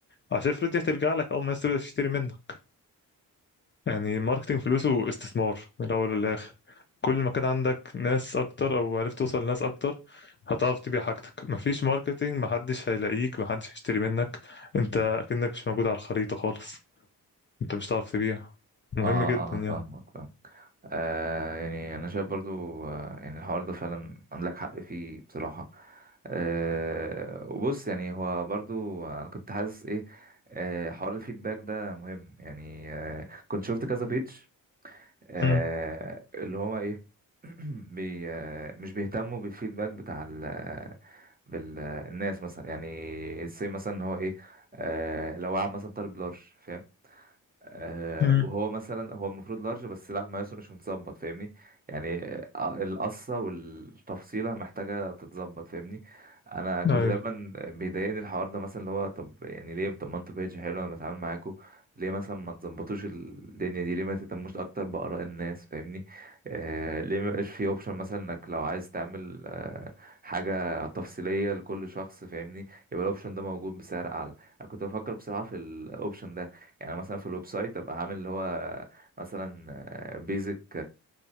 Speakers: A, on the left; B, on the right.
A: عشان الفلوس دي هترجع لك اول ما الناس تبدأ تشتري منك يعني الماركتينج فلوسه استثمار من الأول للآخر كل ما كان عندك ناس أكتر أو عرفت توصل لناس أكتر هتعرف تبيع حاجتك مفيش ماركتينج محدش هيلاقيك محدش هيشتري منك أنت أكنك مش موجود على الخريطة خالص أنت مش هتعرف تبيع مهم
B: اه
A: جدا
B: اه آه،
A: يعني
B: فاهمك فاهمك آه يعني انا شايف برضو آه يعني الحوار ده فعلا عندك حق فيه بصراحة آه وبص يعني هو برضو انا كنت حاسس ايه آه حوار الفيدباك ده مهم يعني آه كنت شفت كذا بيج آه
A: مم.
B: اللي هو ايه <clears throat> بي آه مش بيهتموا بالفيدباك بتاع ال آه، بالناس مثلا يعني زي مثلا هو ايه آه لو واحد مثلا طالب لارج فاهم آه،
A: مم.
B: وهو مثلا هو المفروض لارج بس لا مقاسه مش متظبط فاهمني يعني آه، القصة والتفصيلة محتاجة تتظبط فاهمني انا كنت
A: أيوه
B: دايما بيضايقني الحوار ده مثلا اللي هو طب يعني ليه طب ما انتوا بيج حلو انا بتعامل معاكوا ليه مثلا ما تظبطوش الدنيا دي ليه ما تهتموش اكتر بآراء الناس فاهمني آه ليه ما يبقاش في اوبشن مثلا انك لو عايز تعمل آه حاجة تفصيلية لكل شخص فاهمني يبقى الاوبشن ده موجود بسعر اعلى انا كنت بفكر بصراحة في الاوبشن ده يعني مثلا في الويب سايت ابقى عامل اللي هو مثلا بيزك